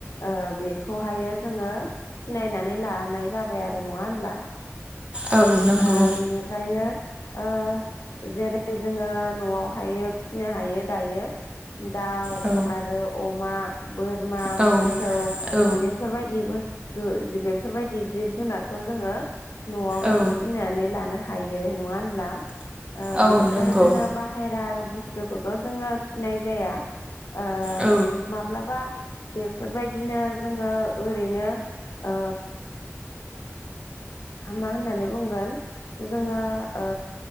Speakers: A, on the left (about 65°); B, on the right (about 20°).
A: ओ बेखौहायो जोङो सिनायनानै लानाय जाबाय आरो नङा होनब्ला?
B: औ नंगौ
A: ओ बिनिफ्रायओ। ओ जेरै जोङो न'आव हायो फिसिनो हायो दायो दाउ
B: औ
A: आरो अमा। बोरमा
B: औ
A: मोसौ
B: औ
A: बेफोरबायदिबो दु बेफोरबायदि जिब जुनारखौ जोङो न'आवनो
B: औ
A: फिन्नानै लानो हायो नङा होनब्ला ओ
B: औ
A: बिनिफ्राय
B: नंगौ
A: जोङो बाहेरा बुस थुफोरखौथ जोङो फिनाय जाया ओ।
B: औ
A: माब्लाबा बेफोरबायदिनो जोङो ओरैनो ओ। मा होननानै बुंगोन। जोङो ओ